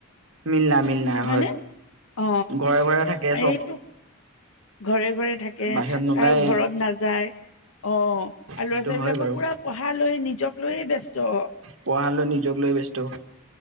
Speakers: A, on the right; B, on the left.
A: মিল নাই মিল নাই
B: হয়নে
A: হয়,
B: অ
A: ঘৰে ঘৰে থাকে
B: এইটো
A: চব
B: ঘৰে ঘৰে থাকে,
A: বাহিৰত নোলাই
B: কাৰো ঘৰত নাযায়। অঁ আৰু
A: সেইটো
B: ল'ৰা ছোৱালী
A: হয়
B: বিলাক
A: বাৰু
B: পুৰা পঢ়াক লৈ, নিজক লৈয়ে ব্যস্ত।
A: পঢ়াক লৈ নিজক লৈ ব্যস্ত।